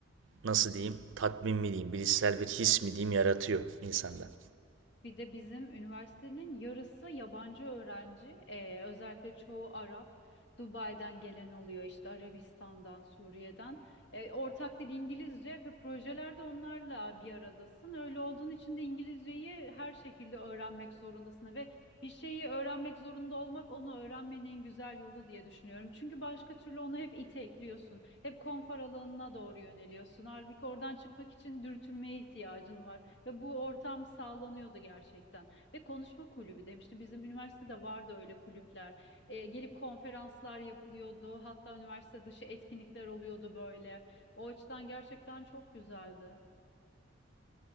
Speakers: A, on the right (about 75°); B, on the left (about 65°).
A: nasıl diyeyim, tatmin mi diyeyim, bilişsel bir his mi diyeyim yaratıyor insanda.
B: Bir de bizim üniversitenin yarısı yabancı öğrenci. Ee, özellikle çoğu Arap. Dubai'den gelen oluyor işte Arabistan'dan, Suriye'den. Ee, ortak dil İngilizce ve projelerde onlarla bir aradasın. Öyle olduğun için de İngilizceyi her şekilde öğrenmek zorundasın ve bir şeyi öğrenmek zorunda olmak onu öğrenmenin en güzel yolu diye düşünüyorum. Çünkü başka türlü onu hep itekliyorsun. Hep konfor alanına doğru yöneliyorsun. Halbuki oradan çıkmak için dürtülmeye ihtiyacın var. Ve bu ortam sağlanıyordu gerçekten. Ve konuşma kulübü demiştim. Bizim üniversitede vardı öyle kulüpler. E, gelip konferanslar yapılıyordu. Hatta üniversite dışı etkinlikler oluyordu böyle. O açıdan gerçekten çok güzeldi.